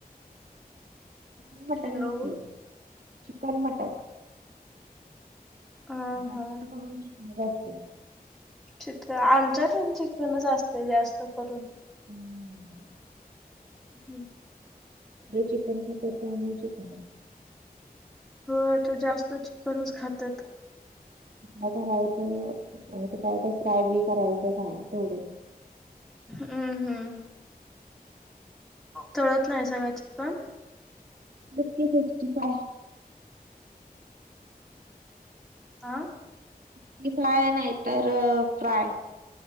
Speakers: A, on the right; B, in the centre.
A: चिकन मटनच
B: हॅलो.
A: की चिकन मटन
B: हा
A: जास्त
B: हा
A: करून चिकनच असते
B: चिकन आमच्या पण चिकनच असते जास्त करून
A: हम्म्म
B: हं
A: चिकन खातेत त्यामुळेच चिकन आहे
B: हो आता जास्त चिकनच खातात
A: काय करायच काय तर फ्राय बी करायच झाल तेवढंच
B: हं हं तळत नाहीसा का चिकन
A: चिकन सिक्स्टी फ्राय
B: आं
A: <inaudible> नाही तर फ्राय